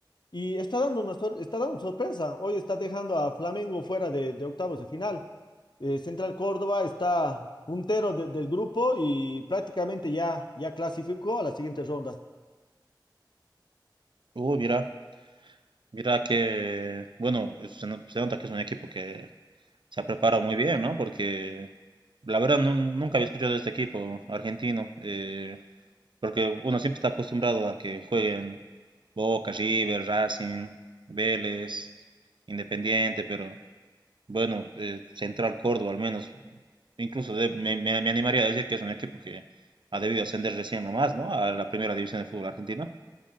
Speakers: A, on the left; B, on the right.
A: y está dando una sor- está dando sorpresa. Hoy está dejando a Flamengo fuera de, de octavos de final. Eh, Central Córdoba está puntero de- del grupo y prácticamente ya, ya clasificó a la siguiente ronda.
B: Uy, mira, mira que, bueno, se, no- se nota que es un equipo que se ha preparado muy bien, ¿no? Porque la verdad nu- nunca había escuchado de este equipo argentino, eh, porque uno siempre está acostumbrado a que jueguen Boca, River, Racing, Vélez, Independiente, pero bueno, eh, Central Córdoba al menos. incluso de- me, me- me animaría a decir que es un equipo que ha debido ascender recién nomás, ¿no? A la primera división del fútbol argentino.